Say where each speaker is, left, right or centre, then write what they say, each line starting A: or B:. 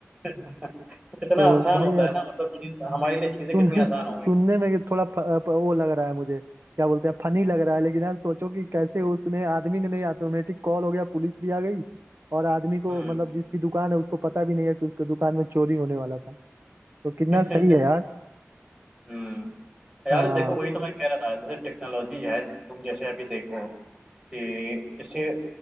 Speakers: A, on the right (about 20°); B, on the right (about 60°).
A: <laughs> कितना
B: तो
A: आसान
B: भाई
A: होता है ना मतलब चीज हमारे लिए चीजें
B: सुन
A: कितनी
B: सुनने
A: आसान हो गई
B: में थोड़ा फ, प- वो लग रहा है मुझे क्या बोलते हैं फनी लग रहा है लेकिन यार सोचो कि कैसे उसने आदमी ने नहीं ऑटोमेटिक कॉल हो गया पुलिस भी आ गई और आदमी को
A: हम्म
B: मतलब जिसकी दुकान है उसको पता भी नहीं है कि उसके दुकान में चोरी होने वाला था तो कितना
A: <laughs>
B: सही है यार
A: हम्म यार
B: हाँ
A: देखो वही तो मैं कह रहा था जैसे टेक्नोलॉजी है तुम जैसे अभी देखो कि जैसे